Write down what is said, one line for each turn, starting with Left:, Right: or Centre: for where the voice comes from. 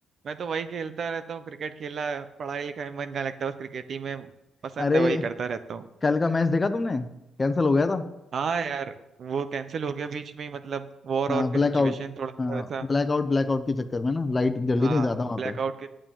Right: मैं तो वही खेलता रहता हूँ क्रिकेट खेला पढ़ाई लिखाई में मन का लगता है बस क्रिकेट ही में पसंद
Left: अरे
Right: है वही करता रहता हूँ
Left: कल का मैच देखा तुमने कैंसिल हो गया था
Right: हाँ यार वो कैंसिल हो गया बीच में ही मतलब वॉर
Left: हाँ
Right: और
Left: ब्लैकआउट
Right: की सिचुएशन थोड़ा
Left: हाँ
Right: सा वैसा
Left: ब्लैकआउट ब्लैकआउट के चक्कर में ना लाइट जल
Right: हाँ
Left: ही नहीं ज्यादा वहां
Right: ब्लैकआउट
Left: पे
Right: के